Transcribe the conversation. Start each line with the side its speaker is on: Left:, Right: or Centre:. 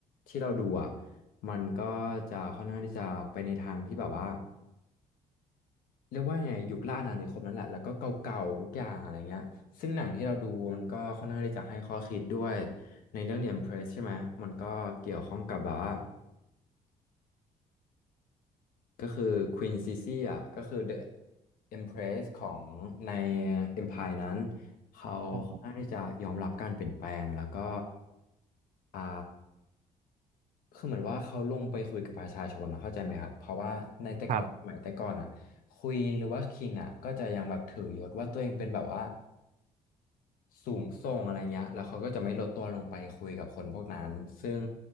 Left: ที่เราดูอ่ะมันก็จะค่อนข้างที่จะไปในทางที่แบบว่า เรียกว่าไงยุคล่าอาณานิคมนั่นแหละแล้วก็เก่าๆทุกอย่างอะไรเงี้ยซึ่งหนังที่เราดูมันก็ค่อนข้างที่จะให้ข้อคิดด้วยในเรื่อง The Empress ใช่ไหมมันก็เกี่ยวข้องกับแบบว่า ก็คือ Queen Sisi อ่ะก็คือ The Empress ของใน Empire นั้นเขาค่อนข้างที่จะยอมรับการเปลี่ยนแปลงแล้วก็
Right: ค
Left: อ่าคือเหมือนว่าเขาลงไปคุยกับประชาชนนะเข้าใจไหมครับเพราะว่าในแต่ก่อนสมัยแต่ก่อนอ่ะควีนหรือว่าคิงอ่ะก็จะยังแบบถือยศว่าตัวเองเป็นแบบว่า
Right: รับ
Left: สูงส่งอะไรเงี้ยแล้วเขาก็จะไม่ลดตัวลงไปคุยกับคนพวกนั้นซึ่ง